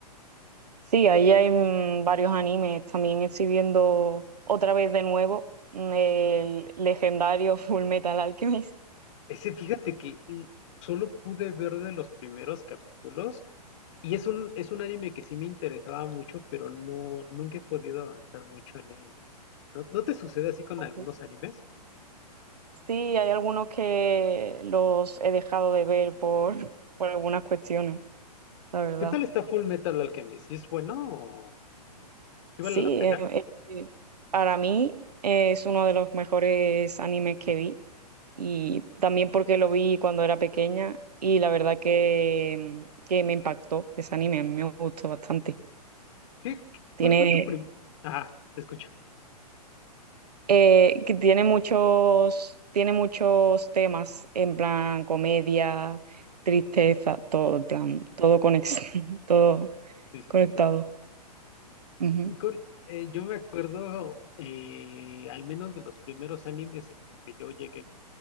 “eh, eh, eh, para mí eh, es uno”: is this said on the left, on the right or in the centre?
Right